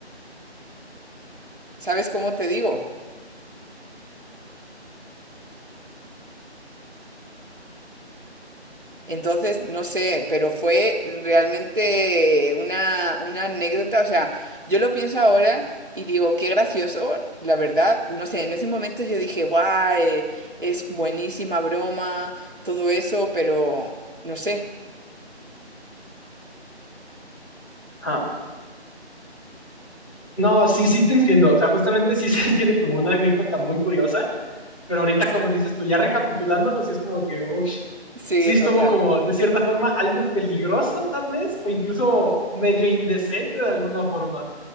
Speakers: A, on the right (about 50°); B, on the left (about 30°).
A: ¿Sabes cómo te digo? Entonces, no sé, pero fue realmente una, una anécdota. O sea, yo lo pienso ahora y digo, qué gracioso, la verdad. No sé, en ese momento yo dije, guay, es buenísima broma, todo eso, pero no sé.
B: Ah. No, sí, sí te entiendo. O sea, justamente sí <laughs> se tiene como una anécdota muy curiosa, pero ahorita como dices tú, ya recapitulándolo, sí es como que, uff,
A: Sí,
B: sí estuvo
A: total.
B: como de cierta forma algo peligroso tal vez, o incluso medio indecente de alguna forma.